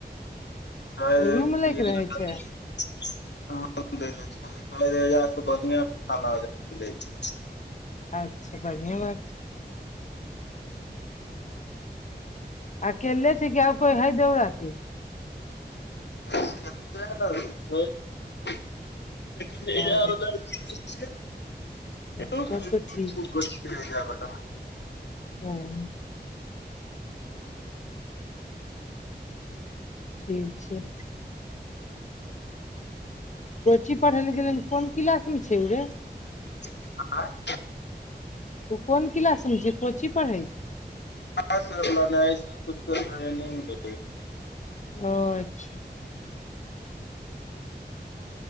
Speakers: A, on the left (about 80°); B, on the left (about 45°).
A: कैल
B: रूम
A: के
B: लैके
A: <unintelligible>
B: रहै छै
A: आम देने छै कहलियै जे आहाँ से बढ़िया जेका मिलै छैय
B: अच्छा बढ़िया बात छै अकेले छै कि आ कोय हय देवराती
A: कैते रहै छै
B: ओ
A: <unintelligible>
B: तब तऽ
A: <unintelligible>
B: ठीक हम्म ठीक छै कोची पढ़ै ले गेलै कोन क्लास मे छै उ रे
A: <inaudible> आये
B: उ कोन क्लास में छै कोची पढ़ै छै
A: आय से ने ने आइछ कुछ कुछ ट्रेनिंग लै य
B: ओ अइछ